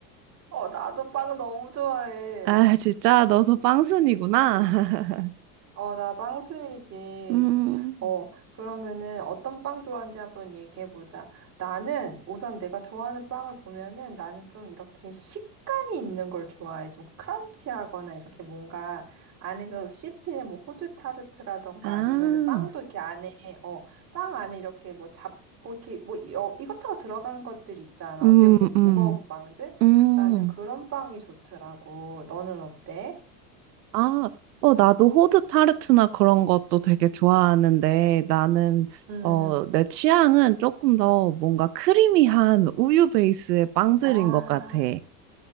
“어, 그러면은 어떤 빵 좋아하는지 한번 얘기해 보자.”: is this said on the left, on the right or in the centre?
Right